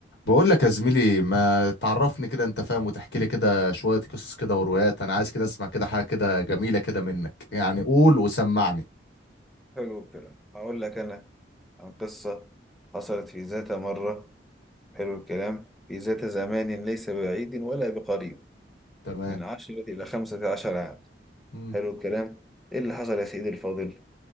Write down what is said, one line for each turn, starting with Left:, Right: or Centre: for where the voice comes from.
Left: بقول لك يا زميلي ما تعرفني كده انت فاهم وتحكي لي كده شوية قصص كده وروايات انا عايز كده اسمع كده حاجة كده جميلة كده منك يعني قول وسمعني
Centre: حلو الكلام هقول لك أنا عن قصة حصلت في ذات مرة حلو الكلام في ذات زمان ليس بعيد ولا بقريب
Left: تمام
Centre: من عشرة إلى خمسة عشر عام
Left: مم.
Centre: حلو الكلام إيه اللي حصل يا سيدي الفاضل؟